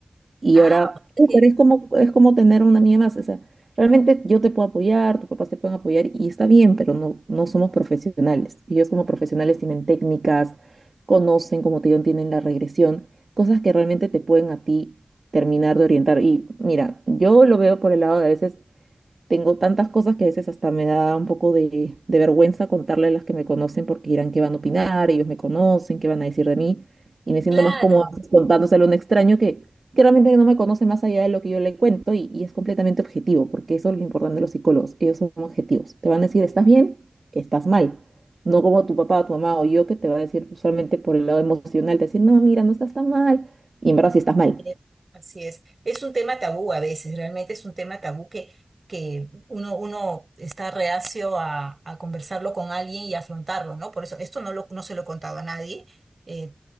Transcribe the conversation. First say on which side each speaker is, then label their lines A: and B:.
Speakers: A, on the right; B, on the right.
A: Y
B: Ah,
A: ahora,
B: o sea
A: uh,
B: que,
A: pero es como, es como tener una amiga más. O sea, realmente yo te puedo apoyar, tus papás te pueden apoyar y está bien, pero no, no somos profesionales. Ellos como profesionales tienen técnicas, conocen, como te digo, tienen la regresión, cosas que realmente te pueden a ti terminar de orientar. Y mira, yo lo veo por el lado de a veces tengo tantas cosas que a veces hasta me da un poco de, de vergüenza contarle a las que me conocen porque dirán qué van a opinar, ellos me conocen, qué van a decir de mí. Y me siento
B: claro,
A: más cómoda pues, contándoselo a un extraño que, que realmente no me conoce más allá de lo que yo le cuento y, y es completamente objetivo, porque eso es lo importante de los psicólogos, ellos son objetivos. Te van a decir, estás bien, estás mal. No como tu papá, tu mamá o yo que te va a decir usualmente por el lado emocional, te decir, no, mira, no estás tan mal. Y en verdad sí estás mal.
B: Eh, Así es. Es un tema tabú a veces, realmente es un tema tabú que, que uno, uno está reacio a, a conversarlo con alguien y afrontarlo, ¿no? Por eso, esto no lo, no se lo he contado a nadie. eh,